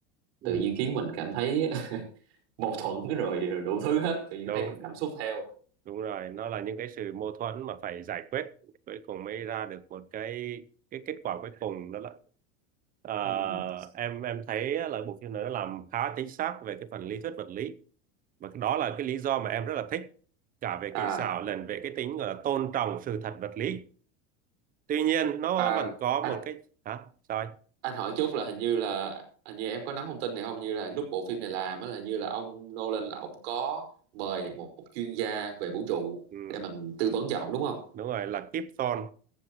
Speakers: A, on the right (about 25°); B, on the right (about 65°).
A: ừ.
B: tự nhiên khiến mình cảm thấy <laughs> mâu thuẫn rồi, rồi đủ thứ hết tự nhiên
A: đúng
B: thấy cùng cảm xúc theo
A: đúng rồi nó là những cái sự mâu thuẫn mà phải giải quyết cuối cùng mới ra được một cái cái kết quả cuối cùng đó là Ờ,
B: Ừm.
A: em em thấy là bộ phim này nó làm khá chính xác về cái phần lý thuyết vật lý và cái đó là cái lý do mà em rất là thích cả về
B: à
A: kỹ xảo lẫn về cái tính gọi là tôn trọng sự thật vật lý tuy nhiên nó
B: à
A: vẫn có
B: anh
A: một cái hả sao anh
B: anh hỏi chút là hình như là hình như em có nắm thông tin này không Hình như là lúc bộ phim này làm á là hình như là ông Nolan là ông có mời một chuyên gia về vũ trụ
A: ừ,
B: để mình tư vấn cho ông đúng không
A: đúng rồi là Kip Thorne